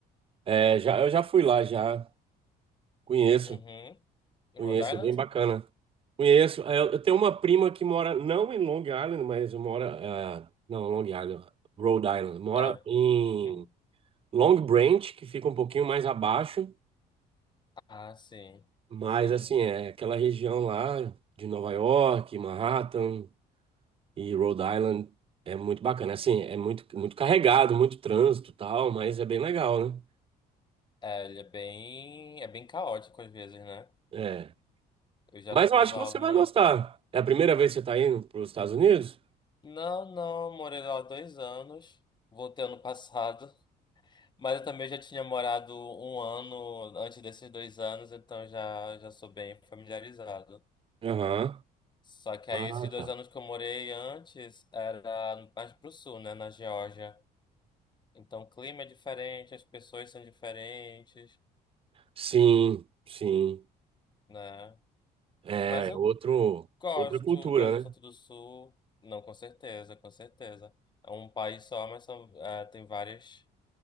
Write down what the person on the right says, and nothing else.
É, já, eu já fui lá, já. Conheço,
conheço,
é bem bacana. Conheço. É, Eu, eu tenho uma prima que mora, não em Long Island, mas mora. é, não, Long Island, Rhode Island. Mora
em
Long Branch, que fica um pouquinho mais abaixo.
Mas
assim, é aquela região lá de Nova York, Manhattan e Rhode Island é muito bacana. Assim, é muito, muito carregado, muito trânsito e tal, mas é bem legal, né?
É.
Mas
eu acho
que você
vai gostar.
É a primeira vez que você está indo para os Estados Unidos?
Aham.
Ah,
tá.
Sim, sim.
É
é outro,
outra cultura,
né?